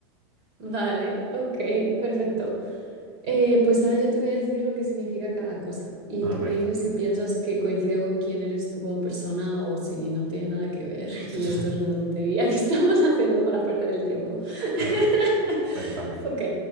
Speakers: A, on the right; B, on the right.
A: Vale, ok, perfecto. Eh, pues ahora yo te voy a decir lo que significa cada cosa y tú
B: A ver.
A: me dices si piensas que coincido con quién eres tú como persona o si no tiene nada que ver <laughs>
B: <laughs>
A: y esto es una tontería que estamos <laughs> haciendo para perder el tiempo. <laughs>
B: A ver. Cuéntame.
A: Ok,